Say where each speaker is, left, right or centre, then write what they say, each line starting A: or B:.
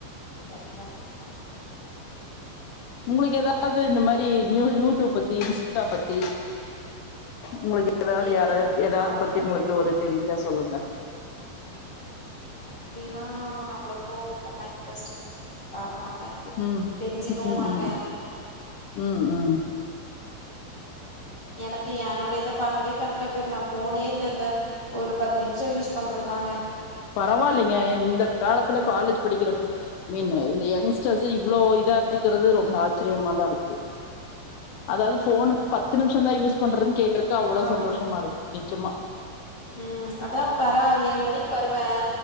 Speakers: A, on the left (about 20°); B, on the left (about 80°).
A: கண்டிப்பா கண்டிப்பா
B: உங்களுக்கு ஏதாவது இந்த மாரி நியூ யூடுப் பத்தி இன்ஸ்டா பத்தி உங்களுக்கு ஏதாவது
A: இனி
B: யாரவது எதாது
A: அவ
B: பத்தி உங்களுக்கு ஒரு தெரிஞ்சா சொல்லுங்க
A: அப்டிலா அவ்ளோப்போ இதெல்லா இன்ட்ரெஸ்ட் இல்ல பாக்க மாட்டே
B: ம்
A: தெரிஞ்சிக்கவு
B: ம்
A: மாட்டே
B: ம் ம் ம்
A: எனக்கு என்னோட இத பாக்கவே கரெக்டா போயினு ஃபோனே இந்தந்த ஒரு பத்து நிம்ஷோ யூஸ் பண்றதாங்க
B: பரவாயில்லங்க இந்த காலத்துல காலேஜ் படிக்கிறப்போ மீன் இந்த யங்ஸ்டர்ஸ் இவ்ளோ இதா இருக்கிறது ரொம்ப ஆச்சரியமாதா இருக்கு அதாவது ஃபோன பத்து நிம்ஷ தா யூஸ் பண்றதுன் கேக்கறக்கு அவ்ளோ
A: ஆமா
B: சந்தோஷமா இருக்கு நெஜமா
A: ம் அதா <unintelligible> ஏழு மணிக்கு வருவே